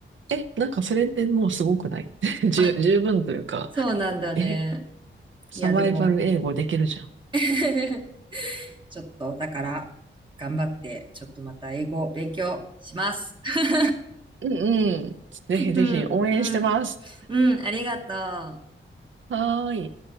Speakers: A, on the right; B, on the right.
A: え、なんかそれでもうすごくない <laughs> 十、
B: あ、
A: 十分というか。
B: そうなんだね。
A: え、サバイバル英語できるじゃん。
B: いや、でも <laughs> ちょっと、だから、頑張って、ちょっとまた英語を勉強します。<laughs>
A: うんうん。ぜひぜひ応援してます。
B: うん、うん、うん、ありがとう。
A: はーい。